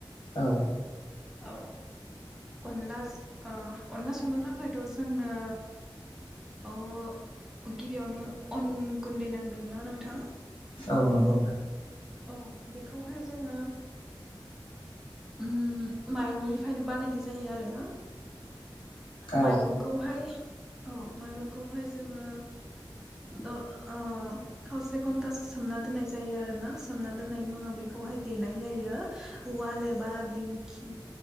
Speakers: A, on the left; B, in the centre.
A: औ।
B: औ। अनला ओ अनला संनो थाखायथ' जोंनो अ गिबियावनो अन गुन्दै नांगोन ना नोंथां?
A: औ नंगौ नोंथां।
B: औ बेखौहाय जोङो उम माइरंनिफ्रायनो बानायनाय जायो आरोना
A: औ
B: माइरं खौहाय औ माइरंखौहाय जोङो द ओ खावसे घन्टासो सोमना दोननाय जायो आरो ना सोमना दोननायनि उनाव बेखौहाय देनाय जायो उवाल ए बा दिंखि